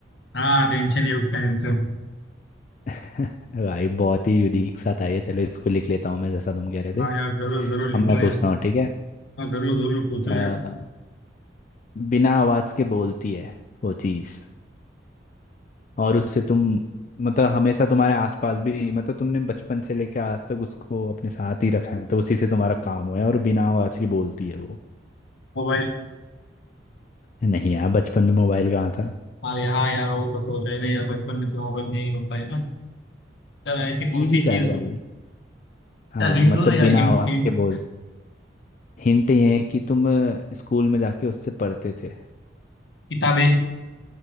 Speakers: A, on the left; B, on the left.
A: हाँ टेंशन ही है उसका आंसर
B: <laughs> भाई बहुत ही यूनिक सा था ये चलो इसको लिख लेता हूँ मैं जैसा तुम कह रहे थे
A: हाँ यार जरूर जरूर लिख
B: अब मैं
A: लो
B: पूछता
A: यार
B: हूँ ठीक है
A: हाँ जरूर जरूर पूछो
B: अ,
A: यार
B: बिना आवाज के बोलती है वो चीज और उससे तुम मतलब हमेशा तुम्हारे आसपास भी मतलब तुमने बचपन से लेकर आज तक उसको अपने साथ ही रखा है मतलब उसी से तुम्हारा काम हुआ है और बिना आवाज के बोलती है वो
A: मोबाइल
B: नहीं यार बचपन में मोबाइल कहाँ था
A: अरे हाँ यहाँ यार वो तो सोच रहे ना यार बचपन में तो मोबाइल नहीं होता है ना यार ऐसी कौन
B: इजी
A: सी
B: सा
A: चीज
B: है भाई हाँ
A: यार हिंट
B: मतलब
A: दो ना यार
B: बिना
A: हिंट
B: आवाज
A: हिंट
B: के बोल हिंट ये है कि तुम अ, स्कूल में जाके उससे पढ़ते थे
A: किताबें <laughs>